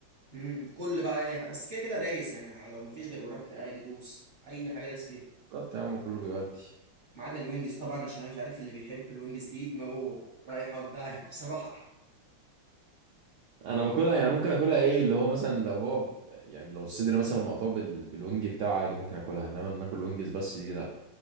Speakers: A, on the right; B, on the right.
A: مم. كل بقى اي حاجه بس كده كده دايس يعني لو مفيش غير وراك عادي دوس اي حاجه دايس فيها
B: بالظبط يا عم كله بيودي
A: ما عدا الوينجز طبعا عشان أنا مش عارف اللي بيحب الوينجز دي دماغه رايحه في داهيه <laughs> بصراحه
B: انا باكلها يعني ممكن اكلها ايه اللي هو مثلا لو هو يعني لو الصدر مثلا مقطوع بال... بالوينج بتاعه عادي ممكن اكلها انما إن ناكل وينجز بس دي لا